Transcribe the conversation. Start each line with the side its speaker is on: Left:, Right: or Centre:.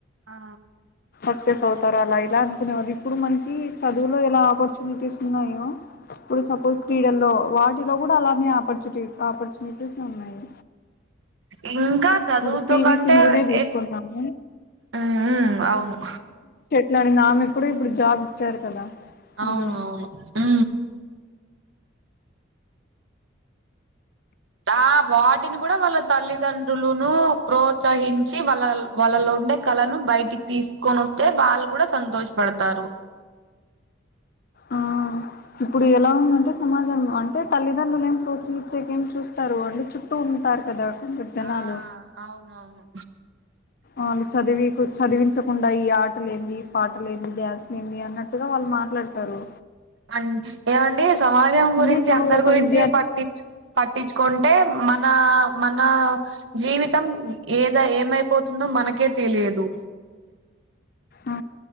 Right: ఆ
Left: సక్సెస్ అవుతార అలా ఇలా అనుకునే వాళ్ళు ఇప్పుడు మనకి చదువులో ఎలా ఆపర్చునిటీస్ ఉన్నాయో ఇప్పుడు సపోజ్ క్రీడల్లో వాటిలో కూడా అలానే ఆపర్చటి ఆపర్చునిటీస్ ఉన్నాయి
Right: ఇం కా చదువుతో
Left: ఇప్పుడు పివి
Right: కంటే
Left: సింధునే తీసుకున్నాము
Right: ఎక్ ఊ ఊఅవును
Left: ఇలాంటి ఆమె కూడా ఇప్పుడు జాబ్ ఇచ్చారు కదా
Right: అవును
Left: మీరు
Right: అవును ఊ దా వాటిని కూడా వాళ్ళ తల్లిదండ్రులును ప్రోత్సహించి వాళ్ళ వాళ్ళలో ఉండే కళను బయటికి తీసుకొనొస్తే వాళ్ళు కూడా సంతోషపడతారు
Left: ఆ ఇప్పుడు ఎలా ఉందంటే సమాజం అంటే తల్లిదండ్రులు ఏం ప్రోత్సహిచ్చేకేం చూస్తారు అంటే చుట్టూ ఉంటారు కదా కొందరు జనాలు
Right: ఆ అవునవును
Left: వాళ్ళు చదివి చదివించకుండా ఈ ఆటలు ఏంది పాటలు ఏంది డ్యాన్స్ నేంది అన్నట్టుగా వాళ్ళు మాట్లాడతారు
Right: అన్ ఏవండి సమాజం
Left: అంటే
Right: గురించి
Left: ఇప్పుడు
Right: అందరి
Left: ఒక
Right: గురించి
Left: విద్యార్థి
Right: పట్టిచ్చు పట్టించ్చుకొంటే మన మన జీవితం ఏదై ఏమైపోతుందో మనకే తెలియదు
Left: ఆ